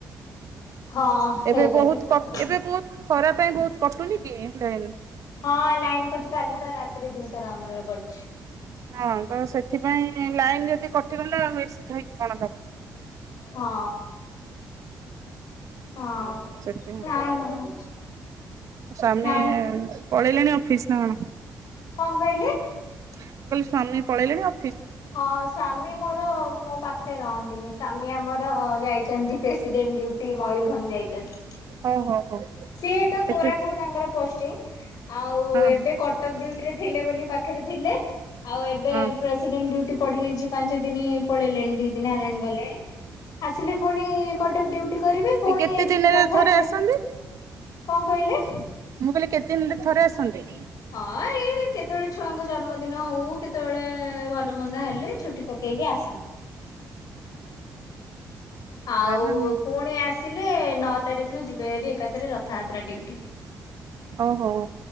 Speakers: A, on the left; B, on the right.
A: ହଁ ସେଇଟା
B: ଏବେ ବହୁତ
A: ବି ସତ
B: କ
A: କଥା।
B: ଏବେ ବହୁତ ଖରା ପାଇଁ ବହୁତ କଟୁନି କି ଲାଇନ।
A: ହଁ ଲାଇନ୍ କଟୁଛି। କାଲି ତ ରାତିରେ ଦି ଥର ଆମର କଟିଛି।
B: ହଁ ତ ସେ ସେଥିପାଇଁ ଲାଇନ ଯଦି କଟିଗଲେ ଆଉ ଏସି ଥାଇକି କଣ ଲାଭ
A: ହଁ ହଁ
B: ସେଥିପାଇଁ
A: ନାଇଁ ନାଇଁ
B: ସ୍ୱାମୀ
A: ନାହିଁ।
B: ପଳେଇଲେଣି ଅଫିସ ନା କଣ?
A: କଣ କହିଲେ?
B: ମୁଁ କହିଲି ସ୍ୱାମୀ ପଳେଇଲେଣି ଅ
A: ହଁ ସ୍ୱାମୀ ମୋର ମୋ ପାଖରେ ରହନ୍ତିନି। ସ୍ୱାମୀ ଆମର ଯାଇଚନ୍ତି ପ୍ରେସିଡେଣ୍ଟ ଡ୍ୟୁଟି ମୟୁରଭଞ୍ଜ ଯାଇଚନ୍ତି।
B: ହଉ ହଉ ହଉ
A: ସିଏ ତ କୋରାପୁଟ
B: ଏତେ
A: ତାଙ୍କର ପୋଷ୍ଟିଙ୍ଗ ଆଉ
B: ହଁ
A: ଏବେ କଟକ ଡ୍ୟୁଟି ରେ ଥିଲେ ବୋଲି ପା ପାଖରେ ଥିଲେ ଆଉ ଏବେ
B: ହଁ
A: ପ୍ରେସ୍ ଡେଣ୍ଟ ଡ୍ୟୁଟି ପଡିଯାଇଚି ପାଞ୍ଚ ଦିନି ପଳେଇଲେଣି ଦି ଦିନ ହେଲାଣି ଗଲେଣି। ଆସିଲେ ପୁଣି କଟକ ଡ୍ୟୁଟି କରିବେ ପୁଣି
B: ଏ କେତେ ଦିନରେ
A: ଯିବେ ରଥଯାତ୍ରା।
B: ଥରେ ଆସନ୍ତି?
A: କଣ କହିଲେ?
B: ମୁଁ କହିଲି କେତ୍ ଦିନରେ ଥରେ ଆସନ୍ତି?
A: ହଁ ଏଇ ରେ କେତେବେଳେ ଛୁଆଙ୍କ ଜନ୍ମଦିନ ହଉ କେତେବେଳେ ଭଲ ମନ୍ଦ ହେଲେ ଛୁଟି ପକା ପକେଇକି ଆସନ୍ତି। ଆଉ
B: ତାହେଲେ ମୁଁ
A: ପୁଣି ଆସିଲେ ନଅ ତାରିଖରୁ ଯିବେ ହେରି ଏକାଥରେ ରଥଯାତ୍ରା ଡ୍ୟୁଟି।
B: ଓହୋ